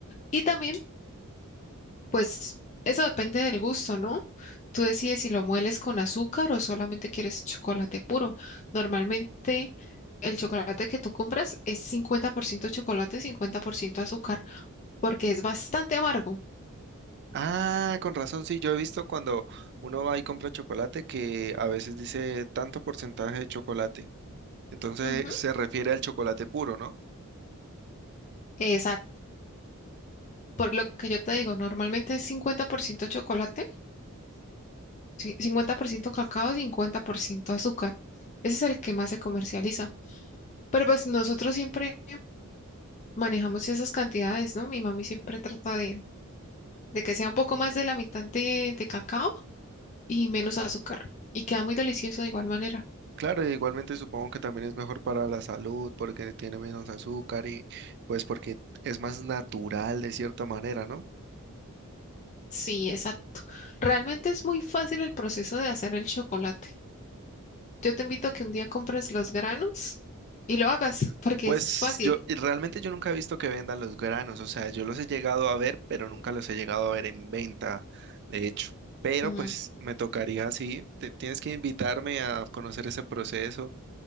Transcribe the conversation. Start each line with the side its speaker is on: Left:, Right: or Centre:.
Left: Y también pues eso depende del gusto, ¿no? Tú decides si lo mueles con azúcar o solamente quieres chocolate puro. Normalmente el chocolate que tú compras es 50% chocolate, 50% azúcar, porque es bastante amargo.
Right: Ah, con razón, sí, yo he visto cuando uno va y compra chocolate que a veces dice tanto porcentaje de chocolate. Entonces
Left: Ujú.
Right: se refiere al chocolate puro, ¿no?
Left: Esa- por lo que yo te digo, normalmente es 50% chocolate, 50%, 50% cacao, 50% azúcar. Ese es el que más se comercializa. Pero pues nosotros siempre manejamos esas cantidades, ¿no? Mi mami siempre trata de de que sea un poco más de la mitad de, de cacao y menos azúcar. Y queda muy delicioso de igual manera.
Right: Claro, e igualmente supongo que también es mejor para la salud porque tiene menos azúcar y pues porque es más natural de cierta manera, ¿no?
Left: Sí, exacto. Realmente es muy fácil el proceso de hacer el chocolate. Yo te invito a que un día compres los granos y lo hagas, porque
Right: Pues
Left: es fácil.
Right: yo y realmente yo nunca he visto que vendan los granos, o sea, yo los he llegado a ver, pero nunca los he llegado a ver en venta, de hecho. Pero
Left: Ujú,
Right: pues me tocaría así, te- tienes que invitarme a conocer ese proceso